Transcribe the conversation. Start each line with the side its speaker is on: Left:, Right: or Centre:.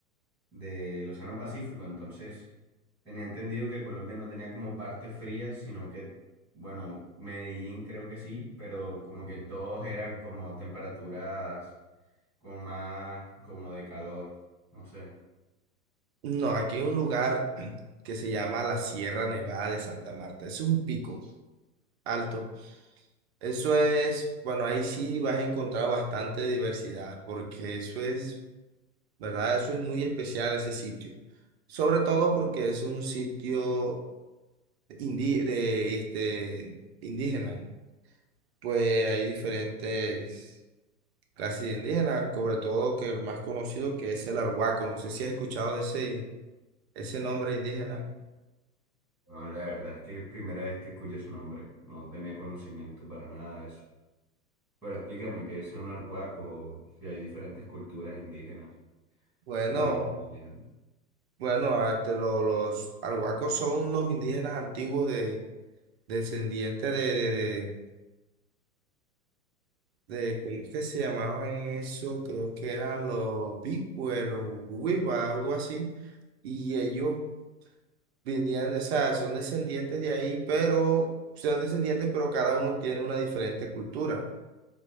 Centre: del Océano Pacífico. Entonces, tenía entendido que Colombia no tenía como parte fría, sino que, bueno, Medellín creo que sí, pero como que todos eran como temperaturas como más como de calor, no sé.
Right: No, aquí hay un lugar <clears throat> que se llama la Sierra Nevada de Santa Marta. Es un pico alto. Eso es, bueno, ahí sí vas a encontrar bastante diversidad, porque eso es, ¿verdad? Eso es muy especial ese sitio. Sobre todo porque es un sitio indi- de, este, indígena. Pues hay diferentes clases de indígenas, sobre todo que el más conocido que es el arhuaco. No sé si has escuchado de ese, ese nombre indígena.
Centre: No, la verdad es que es primera vez que escucho ese nombre, no tenía conocimiento para nada de eso. Pero explícame qué son arhuacos o si hay diferentes culturas indígenas
Right: Bueno,
Centre: viviendo allá.
Right: bueno, hasta lo- los arhuacos son unos indígenas antiguos de, descendientes de, de, de, de- ¿cómo es que se llamaban eso? Creo que eran los pigües, los huiba, algo así. Y ellos venían, o sea, son descendientes de ahí, pero son descendientes, pero cada uno tiene una diferente cultura.